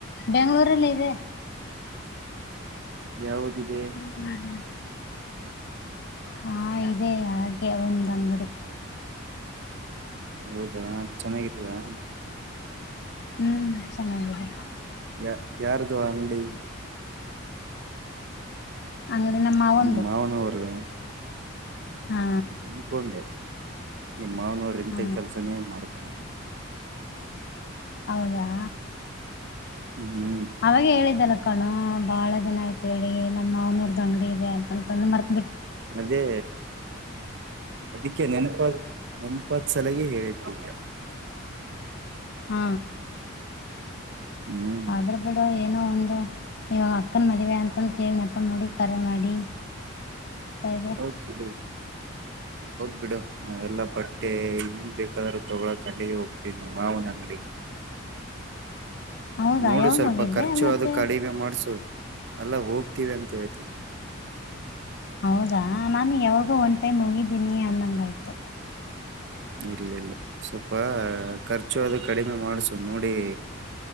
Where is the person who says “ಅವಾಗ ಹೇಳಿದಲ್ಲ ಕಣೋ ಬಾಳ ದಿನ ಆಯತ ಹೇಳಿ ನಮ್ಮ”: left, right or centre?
Left